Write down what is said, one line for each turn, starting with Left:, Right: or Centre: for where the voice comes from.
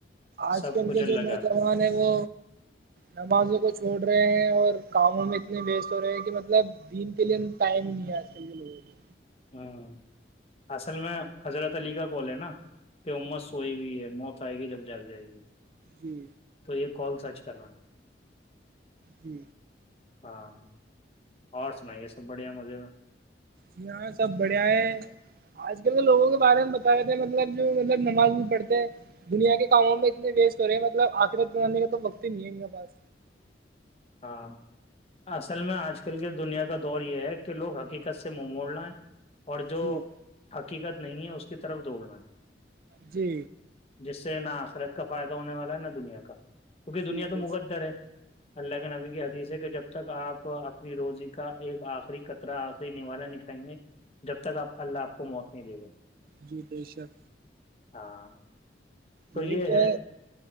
Right: آج
Left: سب
Right: کل
Left: کچھ
Right: کے
Left: اللہ
Right: جو نوجوان
Left: ہاتھ
Right: ہیں وہ نمازوں کو چھوڑ رہے ہیں اور کاموں میں اتنے وسٹ ہو رہے ہیں کہ مطلب دن کے لیے ٹائم ہی نہیں ہے آج کل کے لوگوں کو
Left: ہاں اصل میں حضرت علی کا کال ہے نا کہ امت سوئی ہوئی ہے موت آئے گی جب جگ جائے گی
Right: جی
Left: ایک کال سرچ کر
Right: جی
Left: ہاں اور سناائی یہ سب بڑھیا مزے میں
Right: جی ہاں سب بڑھیا ہے آج کل تو لوگوں کے بارے میں بتا رہے تھے مطلب جو مطلب نماز بھی پڑھتے دنیا کے کاموں میں اتنے ویسٹ ہو رہے ہیں مطلب آخرت بنانے کا تو وقت ہی نہیں ہے ان کے پاس
Left: ہاں اصل میں آج کل کی دنیا کا دور یہ ہے کہ لوگ حقیقت سے منہ موڑ لائیں اور جو
Right: جی
Left: حقیقت نہیں ہے اس کی طرف دوڑنا ہے
Right: جی
Left: جس سے نہ آخرت کا فائدہ ہونے والا ہے نہ دنیا کا کیونکہ دنیا
Right: جی
Left: تو
Right: بے
Left: مقدر
Right: شک
Left: ہے اللہ کے نبی کی حدیث ہے کہ جب تک آپ اپنی روزی کا ایک آخری قطرہ آخری نوالا نکھائیں گے جب تک آپ اللہ آپ کو موت نہیں دوا
Right: جیٹیشر
Left: ہاں
Right: یہی
Left: یہ
Right: تو
Left: ہے